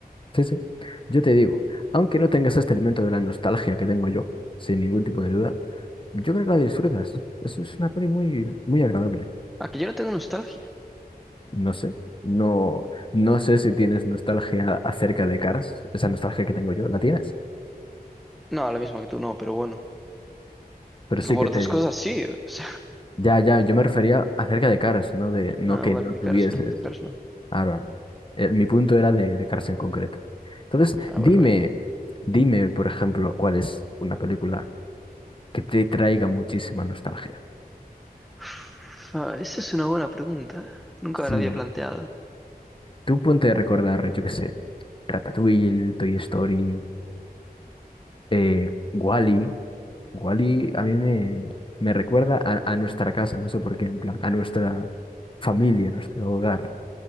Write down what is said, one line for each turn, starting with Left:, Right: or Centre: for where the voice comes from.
Left: Sí, sí. Yo te digo, aunque no tengas este elemento de la nostalgia que tengo yo, sin ningún tipo de duda, yo creo que la disfrutas. Eso es una peli muy, muy agradable.
Centre: Ah, que yo no tengo nostalgia.
Left: No sé, no, no sé si tienes nostalgia acerca de Cars, esa nostalgia que tengo yo, la tienes.
Centre: No, la misma que tú no, pero bueno.
Left: Pero
Centre: <laughs>
Left: sí
Centre: Por
Left: que
Centre: otras
Left: te...
Centre: cosas sí. o sea,
Left: Ya, ya, yo me refería acerca de Cars, no de, no
Centre: Ah,
Left: que
Centre: vale,
Left: no
Centre: de
Left: tuvieses.
Centre: caras no, de caras no.
Left: Ahora, eh, mi punto era de, de Cars en concreto. Entonces,
Centre: Ah,
Left: dime,
Centre: vale, vale.
Left: dime, por ejemplo, cuál es una película que te traiga muchísima nostalgia.
Centre: Uf, ah, esa es una buena pregunta. Nunca
Left: Sí,
Centre: me la había planteado.
Left: Tú ponte a recordar, yo qué sé, Ratatouille, Toy Story, eh, Wall-E. Wall-E a mí me, me recuerda a, a nuestra casa, no sé por qué, en plan, a nuestra familia, a nuestro hogar.